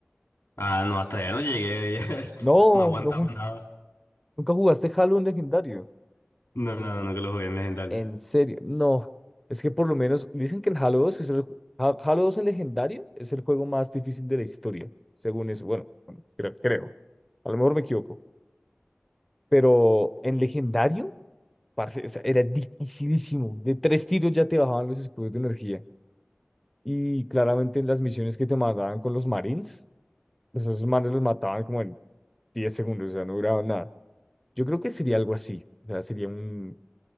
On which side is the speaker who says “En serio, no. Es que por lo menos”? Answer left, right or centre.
Centre